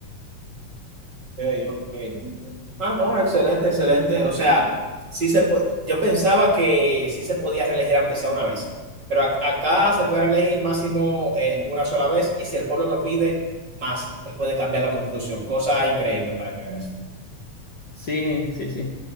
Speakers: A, on the right; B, on the left.
A: ok, ok. Ah, no, excelente, excelente. O sea, sí se po- yo pensaba que sí se podía reelegir aunque sea una vez, pero ac- acá se puede reelegir máximo eh, una sola vez y si el pueblo lo pide, más, él puede cambiar la constitución. Cosa increíble para que veas.
B: Sí, sí, sí.